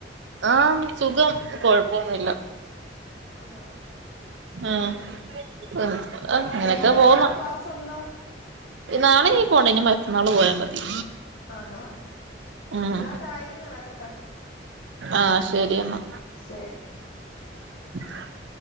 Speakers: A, on the right (about 85°); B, on the left (about 60°).
A: ആഹ് സുഖം കൊഴപ്പൊന്നുമില്ല
B: ആണോ
A: ആഹ് ആഹ് അങ്ങനൊക്കെ
B: ഇനിയിപ്പോ
A: പോകുന്ന്
B: നാളെ ക്ലാസ് ഉണ്ടോ
A: നാളെ നീ പോവണ്ട ഇനി മറ്റന്നാള് പോയാ മതി
B: ആന്നൊ
A: ഉം
B: എന്നാ ചായ കുടി നടക്കട്ടെ
A: ആഹ് ശരി എന്നാ
B: ശരി
A: <inaudible>